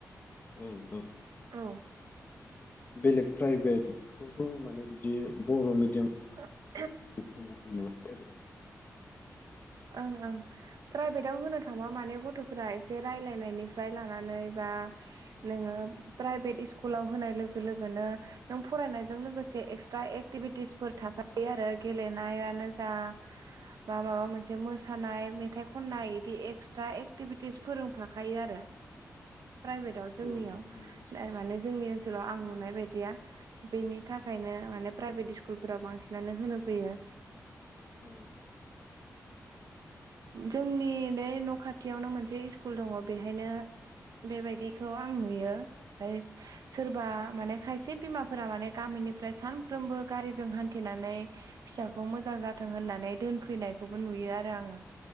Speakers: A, on the left; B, on the right.
A: ओं औ
B: औ
A: बेलेग प्राइभेट खौथ' माने बिदि बर' मिडि
B: <unintelligible>
A: बिनो <unintelligible>
B: ओं ओं प्राइभेटाव होनो थांबा माने गथ'फोरा एसे रायलायनायनिफ्राय लानानै बा नोङो प्राइभेट स्कुलाव होनाय लोगो लोगोनो नों फरायनायजों लोगोसे एक्सट्रा एक्टिभिटिसफोर थाखाफायो आरो गेलेनायानो जा बा माबा मोनसे से मोसानाय मेथाइ खननाय बिदि एक्सट्रा एक्टिभिटिस फोरोंफाखायो आरो प्राइभेटआव जोंनियाव
A: औ नंगौ
B: माने जोंनि ओनसोलाव आं नुनाय
A: औ
B: बायदिया बेनि थाखायनो माने प्राइभेट स्कुलफोराव बांसिनानो होनो फैयो
A: औ
B: जोंनि बे न' खाथियावनो मोनसे स्कुल दङ बेहायनो बेबायदिखौ आं नुयो ओफ्राय सोरबा माने खायसे बिमाफोरा माने गामिनिफ्राय सानफ्रोमबो गारिजों हान्थिनानै फिसाखौ मोजां जाथों होननानै दोनफैनायखौ बो नुयो आरो आङो